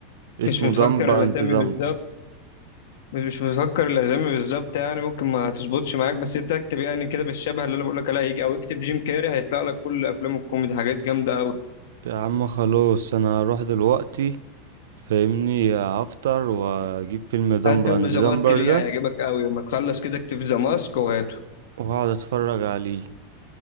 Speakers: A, on the right (about 80°); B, on the left (about 70°).
A: اسمه
B: مش متفكر
A: دمب
B: الاسامي
A: اند دمب
B: بالظبط مش مش متفكر الاسامي بالظبط يعني ممكن ما تظبطش معاك بس انت اكتب يعني كده بالشبه اللي انا بقول لك عليها هيجي او اكتب جيم كاري هيطلع لك كل افلام الكوميدي حاجات جامده قوي
A: يا عم خلاص انا هروح دلوقتي فاهمني هفطر واجيب فيلم دمبر
B: هات فيلم
A: اند
B: ذا
A: دمبر
B: ماسك ليه
A: ده
B: هيعجبك قوي لما تخلص كده اكتب ذا ماسك وهاته
A: وهقعد اتفرج عليه